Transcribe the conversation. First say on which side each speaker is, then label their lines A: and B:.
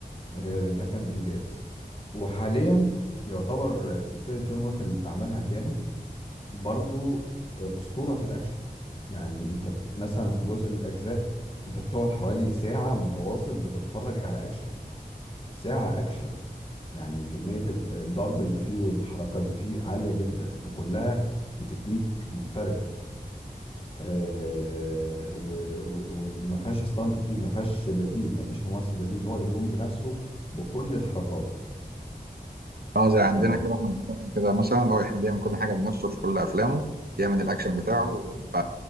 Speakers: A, on the left (about 35°); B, on the right (about 70°).
A: آه، ده كان انجاز وحاليا يعتبر سلسله جون ويك اللي عملها كيانو برضو آه، اسطوره في الاكشن يعني انت مثلا في جزء من الاجزاء انت بتقعد حوالي ساعه متواصل بتتفرج على اكشن ساعه اكشن يعني كمية ال- الضرب اللي فيه والحركة اللي فيه عالية جدا وكلها بتكنيك محترف آه، و- و- وما فيهاش استانت كتير ما فيهاش بديل ما فيش ممثل بديل هو اللي بيقوم بنفسه بكل الحركات
B: اه زي عندنا
A: آه،
B: كده احمد السقا كده مثلا هو يحب يعمل كل حاجه بنفسه في كل افلامه يعمل الاكشن
A: بالظبط
B: بتاعه ف